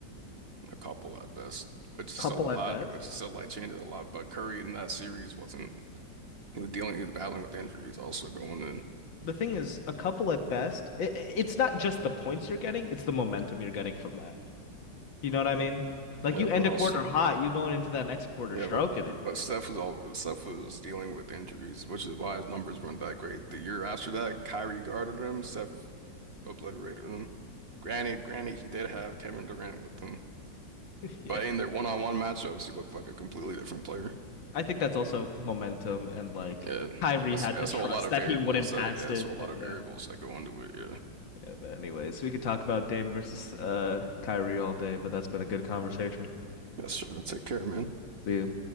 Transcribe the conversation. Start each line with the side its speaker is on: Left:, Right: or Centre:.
Right: a couple at best, which is
Left: Couple
Right: still a lot,
Left: at best.
Right: which still like changes a lot. But Curry in that series wasn't he was dealing, he was battling with injuries also going in.
Left: the thing is, a couple at best. It, it's not just the points you're getting; it's the momentum you're getting from that. You know what I mean? Like
Right: Yeah,
Left: you
Right: but
Left: end a
Right: also,
Left: quarter hot, you're going into that next quarter
Right: yeah,
Left: stroking
Right: but
Left: it.
Right: but
Left: <laughs>
Right: Steph was all Steph was dealing with injuries, which is why his numbers weren't that great. The year after that, Kyrie guarded him, Steph obliterated him. Granted, granted, he did have Kevin Durant with him,
Left: Yeah,
Right: but in their one-on-one matchups, he looked like a completely different player.
Left: I think that's also momentum and like
Right: Yeah,
Left: Kyrie
Right: yeah,
Left: had
Right: so, yeah,
Left: to
Right: so
Left: trust
Right: a lot of
Left: that
Right: variables
Left: he wouldn't
Right: that,
Left: pass
Right: yeah,
Left: it.
Right: so a lot
Left: Yeah.
Right: of variables that go into it. Yeah,
Left: Yeah, but anyways, we could talk about Dame versus uh Kyrie all day, but that's been a good conversation.
Right: yeah, sure. Take care, man.
Left: See you.